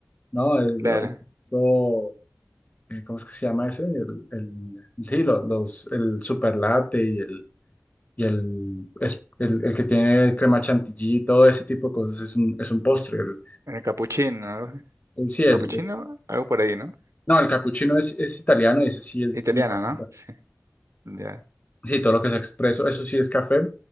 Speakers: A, on the left; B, on the right.
A: no, el-
B: claro.
A: eso, eh, ¿cómo es que se llama ese? El, el, sí, lo- los, el super latte y el, y el, es- el, el que tiene crema chantilly, todo ese tipo de cosas es un, es un postre. El,
B: El capuchino, algo así.
A: el- sí, el,
B: capuchino, algo por ahí, ¿no?
A: no, el capuchino es, es italiano y ese sí es
B: Italiano,
A: un café.
B: ¿no? Sí, ya.
A: Sí, todo lo que sea expreso, eso sí es café,